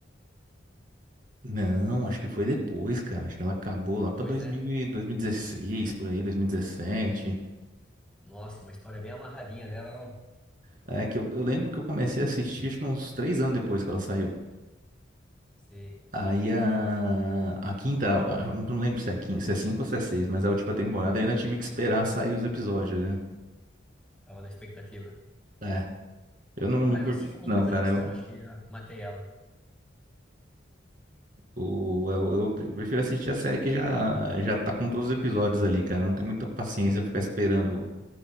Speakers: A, on the right; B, in the centre.
A: Não, acho que foi depois, cara. Acho que ela acabou
B: Depois,
A: lá pra 2000,
B: né?
A: e 2016, por aí, 2017.
B: Nossa, uma história bem amarradinha dela, não?
A: É que eu, eu lembro que eu comecei a assistir, acho que uns três anos depois que ela saiu.
B: Sei,
A: Aí a, a quinta, a- eu não lembro se é quinta, se é cinco ou se é seis, mas a última temporada eu ainda tive que esperar sair os episódios, né?
B: tava na expectativa.
A: É, eu não, não
B: Ah,
A: curto
B: eu assisti
A: muito
B: faz
A: não,
B: uns dois
A: cara.
B: anos,
A: Eu,
B: cara, acho que já matei ela.
A: o- eu, eu, pre- eu prefiro assistir a série que já, já tá com todos os episódios ali, cara. Eu Não tenho muita paciência pra ficar esperando